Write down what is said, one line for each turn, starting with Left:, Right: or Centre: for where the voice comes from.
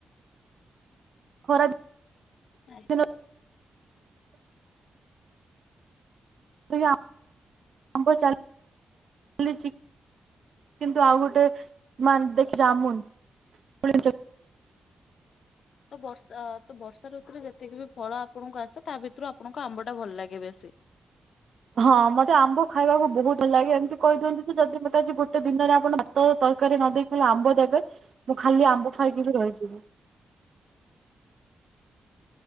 Right: ଖରା
Left: ଆଜ୍ଞ୍
Right: ଦିନ <inaudible> ଆମ୍ବ ଚାଲ୍, ଚାଲିଛି। କିନ୍ତୁ ଆଉ ଗୋଟେ ମା ଦେଖି ଜାମୁନ୍ <inaudible>
Left: ତ ବର୍ଷା ଅ ତ ବର୍ଷା ଋତୁରେ ଯେତିକି ବି ଫଳ ଆପଣଙ୍କୁ ଆସେ ତା ଭିତରୁ ଆପଣଙ୍କୁ ଆମ୍ବଟା ଭଲ ଲାଗେ ବେଶୀ।
Right: ହଁ ମତେ ଆମ୍ବ ଖାଇବାକୁ ବହୁତ ଭଲ ଲାଗେ ଏମିତି କହିଦିଅନ୍ତୁ ଯେ ଯଦି ମତେ ଆଜି ଗୋଟେ ଦିନରେ ଆପଣ ଭାତ ତରକାରୀ ନ ଦେଇ ହେଲେ ଆମ୍ବ ଦେବେ ମୁଁ ଖାଲି ଆମ୍ବ ଖାଇକି ବି ରହିଯିବି।